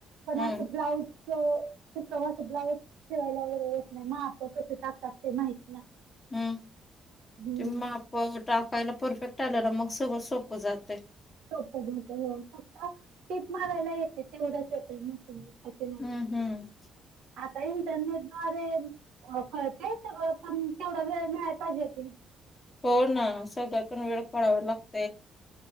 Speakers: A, on the right (about 80°); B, on the left (about 25°).
A: पण
B: हम्म.
A: असं ब्लाऊज. तूं ब्लाउज शिवायला वगैरे येत नाही म आप कसे टाकतात ते माहिित.
B: हम्म
A: हम्म
B: ते माप टाकायला परफेक्ट. टाल्या ना मग सगळं सोपं जातय.
A: सप हो फक्त टीप मारायला येते तेवढंच येतय मग. ह के नाही
B: हम्म
A: का.
B: हम्म.
A: आता इंटरनेट द्वारे कळतय सगळं पण केवढा वेळ मिळाला पाहिजे त.
B: हो ना सगळ्यातून वेळ पडवा लागत.